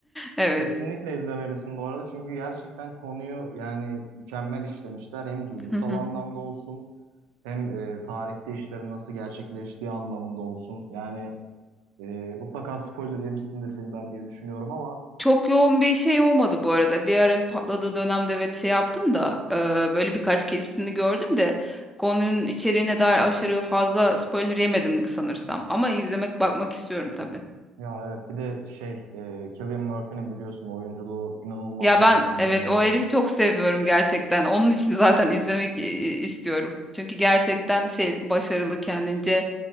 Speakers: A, in the centre; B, on the right.
A: Evet.
B: Kesinlikle izlemelisin bu arada. Çünkü gerçekten konuyu yani mükemmel işlemişler. Hem duygusal
A: Hı hı.
B: anlamda olsun hem e, tarihte işlerin nasıl gerçekleştiği anlamında olsun. Yani e, mutlaka spoiler yemişsindir filmden diye düşünüyorum ama
A: Çok yoğun bir şey olmadı bu arada. Bir ara patladığı dönemde evet şey yaptım da e, böyle birkaç kesitini gördüm de konunun içeriğine dair aşırı fazla spoiler yemedim sanırsam. Ama izlemek bakmak istiyorum tabii.
B: Ya evet bir de şey e, Cillian Murphy'nin biliyorsun oyunculuğu inanılmaz
A: Ya
B: yani
A: ben
B: ben
A: evet
B: bayılıyorum.
A: o herifi çok seviyorum gerçekten. Onun için zaten izlemek e, istiyorum. Çünkü gerçekten şey başarılı kendince